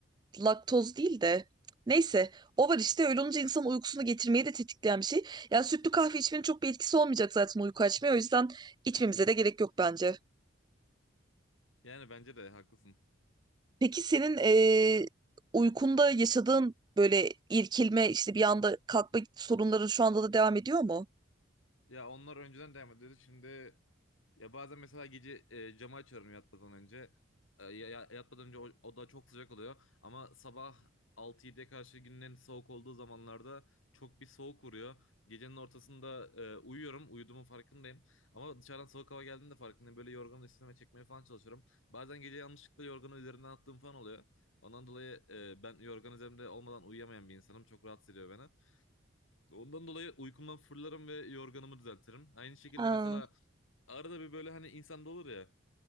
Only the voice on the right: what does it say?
laktoz değil de neyse o var işte öyle olunca insanın uykusunu getirmeyi de tetikleyen bir şey. Yani sütlü kahve içmenin çok bir etkisi olmayacak zaten uyku açmaya o yüzden içmemize de gerek yok bence.
Peki senin eee, uykunda yaşadığın böyle irkilme işte bir anda kalkma sorunların şu anda da devam ediyor mu?
Ha,